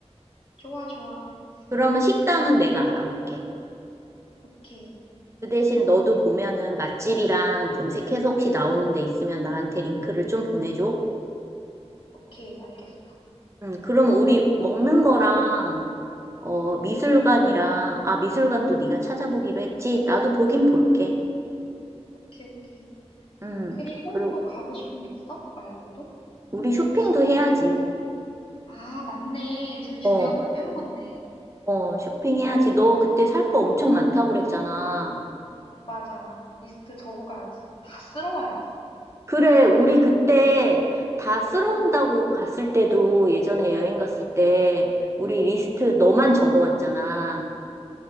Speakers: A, on the left; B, on the right.
A: 좋아, 좋아. 알겠어.
B: 그러면 식당은 내가 알아볼게.
A: 오케이.
B: 그 대신 너도 보면은 맛집이랑 검색해서 혹시 나오는 데 있으면 나한테 링크를 좀 보내줘.
A: 오케이. 알겠어.
B: 음, 그러면 우리 먹는 거랑 어, 미술관이랑 아, 미술관도 네가 찾아보기로 했지. 나도 보긴 볼게.
A: 응, 응. 오케이, 오케이.
B: 음.
A: 그리고
B: 그리고
A: 또 가고 싶은 데 있어? 말고도?
B: 우리 쇼핑도
A: 미술관
B: 해야지.
A: 말고도. 아, 맞네. 제일 중요한
B: 어,
A: 걸 빼먹었네.
B: 어, 쇼핑해야지.
A: 쇼핑.
B: 너 그때 살 거 엄청 많다고
A: 음.
B: 그랬잖아.
A: 맞아. 리스트 적어가야지. 다 쓸어와야지, 이제.
B: 그래, 우리 그때 다 쓸어온다고
A: 응.
B: 갔을 때도 예전에 여행 갔을 때 우리 리스트
A: 응.
B: 너만 적어왔잖아.